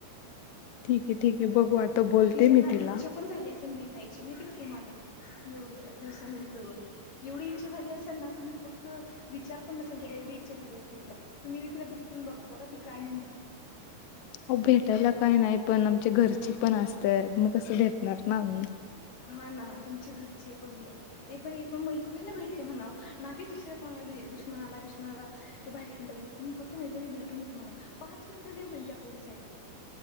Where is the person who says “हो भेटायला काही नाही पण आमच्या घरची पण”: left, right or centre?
Left